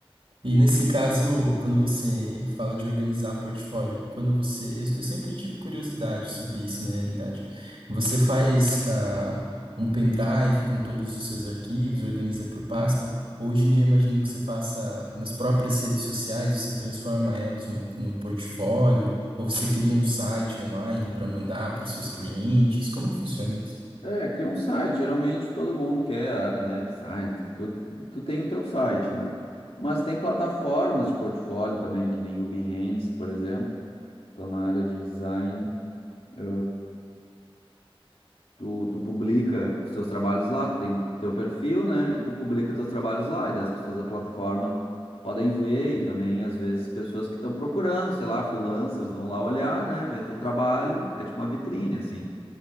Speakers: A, on the right (about 75°); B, on the left (about 85°).
A: E nesse caso, quando você fala de organizar portfólio, quando você. Eu, eu sempre tive curiosidade sobre isso, na realidade. Você faz ah, um pendrive com todos os seus arquivos, organiza por pasta. Hoje em dia, imagino que você faça nas próprias redes sociais, você transforma elas no, no portfólio, ou você cria um site online para mandar para os seus clientes. Como que funciona isso?
B: É, cria um site. Geralmente todo mundo quer a área, né? Design, que tu, tu tem o teu site, né? Mas tem plataformas de portfólio também, que nem o Behance, por exemplo. Então, na área de design, eh, tu, tu publica os teus trabalhos lá, tu tem o teu perfil, né? E tu publica teus trabalhos lá, e daí as pessoas da plataforma podem ver, e também, às vezes, pessoas que estão procurando, sei lá, freelancers vão lá olhar, né? Ver teu trabalho, é tipo uma vitrine, assim.